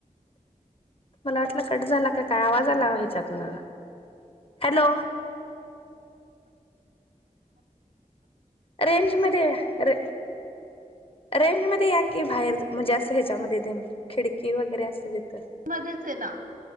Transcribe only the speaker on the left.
मला वाटलं कट झाला का काय, आवाज आला ओ ह्याच्यातनं. हॅलो. रेंज मध्ये या रे रेंज मध्ये या की बाहेर, म्हणजे असं ह्याच्यामध्ये तेन खिडकी वगैरे असंते तिथं.